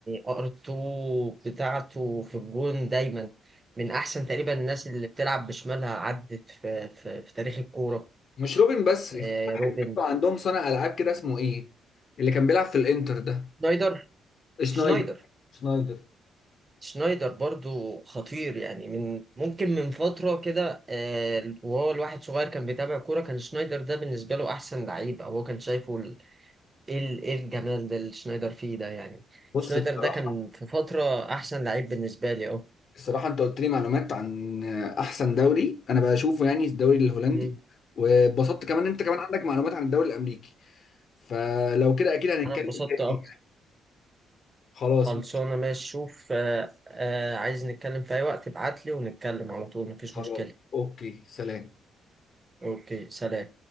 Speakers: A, on the right; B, on the left.
A: ارتو بتاعته في الجون دايما من احسن تقريبا الناس اللي بتلعب بشمالها عدت في في, في تاريخ الكوره
B: مش روبن بس
A: آه،
B: في واحد
A: روبن
B: برضه عندهم صانع العاب كده اسمه ايه اللي كان بيلعب في الانتر ده
A: شنايدر
B: شنايدر
A: شنايدر
B: شنايدر
A: شنايدر برضو خطير يعني من ممكن من فترة كده آه، وهو الواحد صغير كان بيتابع كورة كان شنايدر ده بالنسبة له أحسن لعيب أو هو كان شايفه ال- إيه ال- إيه الجمال ده اللي شنايدر فيه ده يعني
B: بص
A: شنايدر
B: الصراحه
A: ده كان في فترة أحسن لعيب بالنسبة لي أه
B: الصراحه انت قلت لي معلومات عن احسن دوري انا بشوفه يعني الدوري الهولندي
A: مم.
B: واتبسطت كمان إن انت كمان عندك معلومات عن الدوري الامريكي فلو كده اكيد هنتكلم
A: أنا اتبسطت
B: تاني
A: أكتر
B: خلاص
A: خلصانة ماشي شوف آه، آه، عايز نتكلم في أي وقت ابعتلي ونتكلم على طول مفيش
B: خلاص
A: مشكلة
B: اوكي سلام
A: أوكي سلام